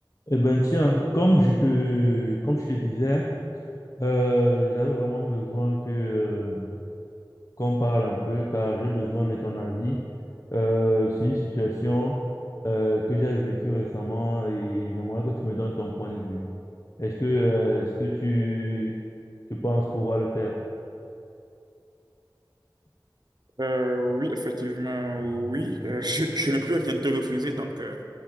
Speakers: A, on the left; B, on the right.
A: Eh ben tiens, comme je te, comme je te disais, euh, j'avais vraiment besoin que, euh, qu'on parle un peu car j'ai besoin de ton avis. Euh, c'est une situation euh, que j'ai vécue récemment et j'aimerais que tu me donnes ton point de vue. Est-ce que, euh, est-ce que tu, tu penses pouvoir le faire?
B: Euh, oui, effectivement, oui. Euh, je, je n'ai plus rien te refuser, donc euh,